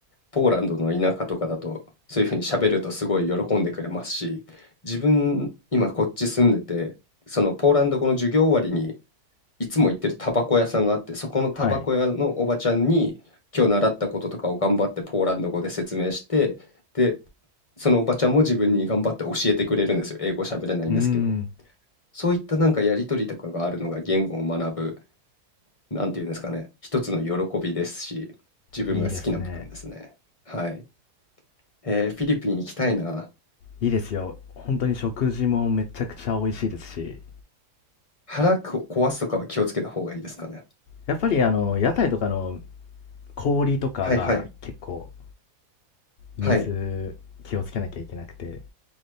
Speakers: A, on the left; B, on the left.
A: ポーランドの田舎とかだと、そういう風に喋るとすごい喜んでくれますし、自分、今こっち住んでて、そのポーランド語の授業終わりに、いつも行ってるタバコ屋さんがあって、そこのタバコ屋のおばちゃんに、
B: はい。
A: 今日習ったこととかを頑張ってポーランド語で説明して、で、そのおばちゃんも自分に頑張って教えてくれるんですよ。英語喋れないんですけど。
B: うーん、
A: そういったなんかやりとりとかがあるのが言語を学ぶ、なんていうんですかね、一つの喜びですし、自分が好きな部分ですね。
B: いいですね。
A: はい。えー、フィリピン行きたいな。
B: いいですよ。ほんとに食事もめちゃくちゃ美味しいですし、
A: 腹こ壊すとかは気をつけた方がいいですかね。
B: やっぱりあの、屋台とかの氷とかが結構、
A: はいはい。
B: 水気をつけなきゃいけなくて、
A: はい。